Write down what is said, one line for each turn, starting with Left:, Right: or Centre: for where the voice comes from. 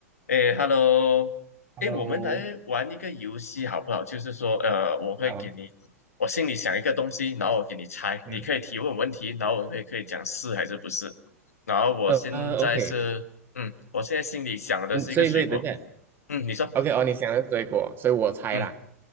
Left: 哎，Hello，
Right: Hello，
Left: 哎，我们来玩一个游戏好不好？就是说，呃，我会给你，
Right: 好，
Left: 我心里想一个东西，然后我给你猜，
Right: 嗯，
Left: 你可以提问问题，然后我会可以讲是还是不是。然后我现在是，
Right: 呃呃，OK，
Left: 嗯，我现在心里想的是一个水果，
Right: 嗯，所以所以等一下
Left: 嗯，你说，
Right: ，OK，哦，你想的是水果，所以我猜啦
Left: 嗯，